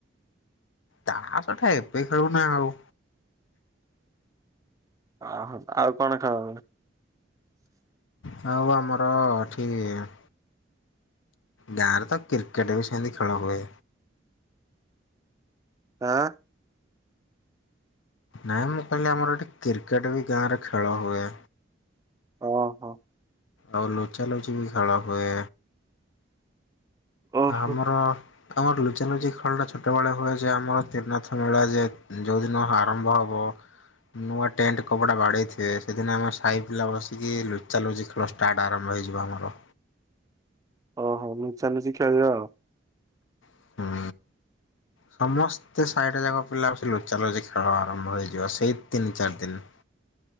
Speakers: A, on the left (about 85°); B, on the right (about 15°).
A: ତା ସହିତା ଏବେ ଖେଳୁନା ଆଉ।
B: ଓହୋ ଆଉ କଣ ଖେଳ ହୁଏ?
A: ହଉ ଆମର ଠିକ ଗାଁରେ ତ କ୍ରିକେଟ ବି ସେମିତି ଖେଳ ହୁଏ।
B: ହଁ।
A: ନାଇଁ ମୁଁ କହିଲି ଆମର ଏଠେ କ୍ରିକେଟ ବି ଗାଁରେ ଖେଳ ହୁଏ।
B: ଓହୋ।
A: ଆଉ ଲୋଚା ଲୋଚି ବି ଖେଳ ହୁଏ।
B: ଓହୋ
A: ଆମର ଆମର ଲୁଚାଲୁଚି ଖେଳଟା ଛୋଟବେଳେ ହୁଏ ଯେ ଆମର ତ୍ରିନାଥ ମେଳା ଯେ ଯଉଦିନ ଆରମ୍ଭ ହବ। ନୂଆ ଟେଣ୍ଟ କପଡା ବାଡେଇଥିବେ। ସେଦିନ ଆମେ ସାହି ପିଲା ବସିକି ଲୁଚା ଲୁଚି ଖେଳ ଷ୍ଟାଟ୍ ଆରମ୍ଭ ହେଇଯିବ ଆମର।
B: ଓହୋ ନୁଚା ନିଚି ଖେଳିବା ଆଉ।
A: ହୁଁ। ସମସ୍ତେ ସାଇଟା ଯାକ ପିଲା ବ ସେ ଲୁଚା ଲୋଚି ଖେଳ ଆରମ୍ଭ ହେଇଯିବ। ସେଇ ତିନି ଚାରି ଦିନ।